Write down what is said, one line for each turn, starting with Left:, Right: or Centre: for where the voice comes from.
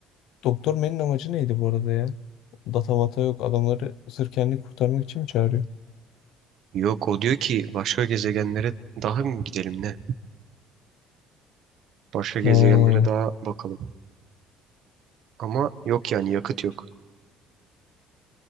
Left: Doktor Menin amacı neydi bu arada ya? Data mata yok. Adamları sırf kendini kurtarmak için mi çağırıyor?
Right: Yok o diyor ki başka gezegenlere daha mı gidelim ne? Başka gezegenlere
Left: Ha.
Right: daha bakalım. Ama yok yani yakıt yok.